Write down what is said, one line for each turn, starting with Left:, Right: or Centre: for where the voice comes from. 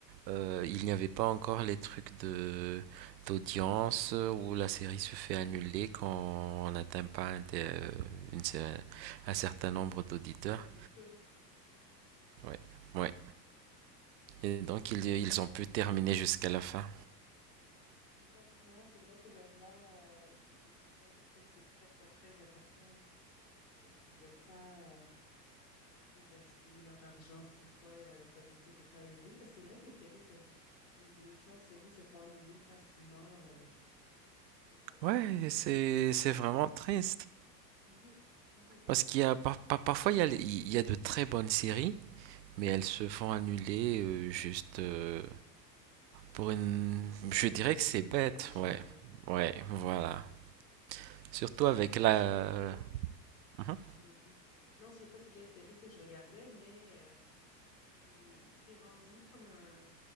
Right: Euh, il n'y avait pas encore les trucs de d'audience où la série se fait annuler quand on n'atteint pas un, te- une cer- un certain nombre d'auditeurs.
Left: Un code d'écoute. C'est ça.
Right: Ouais. Ouais.
Left: Ouais,
Right: Et donc
Left: c'est vrai,
Right: ils, ils
Left: c'est vrai.
Right: ont pu terminer jusqu'à la fin.
Left: C'est ça. Non, c'est vrai que maintenant, euh, tout ce qui est code d'écoute, c'est très, très, très important. Fait qu'ils veulent pas euh, tu sais, gaspiller leur argent si toutefois euh, le code d'écoute n'est pas élevé. Parce que c'est vrai que les séries se- les émissions de séries se font annuler facilement euh, ces temps-ci.
Right: Ouais,
Left: Donc,
Right: c'est
Left: euh, il n'y a pas
Right: c'est
Left: de
Right: vraiment
Left: nous.
Right: triste.
Left: Mhm, mhm,
Right: Parce qu'il y a par- par- parfois il y a, les- il y a de très bonnes séries, mais elles se
Left: mhm.
Right: font annuler euh, juste euh, pour une...
Left: Le manque
Right: Je dirais
Left: de,
Right: que c'est bête,
Left: d'engagement.
Right: ouais. Ouais,
Left: Ouais.
Right: voilà. Surtout
Left: Oui, ça
Right: avec
Left: arrivé.
Right: la...
Left: Je sais pas c'est quelle...
Right: Mhm.
Left: Vas-y. Non, je sais pas c'est quelle série que je regardais, mais euh, c'est c'est rendu comme un